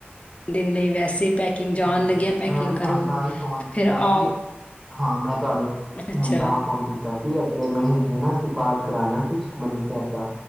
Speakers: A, on the left (about 30°); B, in the centre.
A: ਦਿਨ ਲਈ ਵੈਸੇ ਪੈਕਿੰਗ ਜਾਣ
B: ਹਾਂ
A: ਲੱਗਿਆ ਪੈਕਿੰਗ
B: ਮੈਂ ਵੀ ਤੁਹਾਨੂੰ
A: ਕਰੋ
B: ਤਾਂ ਹੀ ਫੋਨ ਕੀਤਾ
A: ਫੇਰ ਆਓ।
B: ਸੀ ਹਾਂ ਮੈਂ ਤੁਆਨੂੰ
A: ਅੱਛਾ
B: ਹੁਣ ਤਾਂ ਫੋਨ ਕੀਤਾ ਸੀ ਅਗਲੇ ਮਹੀਨੇ ਨਾ ਅਸੀਂ ਪਾਠ ਕਰਾਣਾ ਸੀ ਸੁਖਮਨੀ ਸਾਹਿਬ ਦਾ,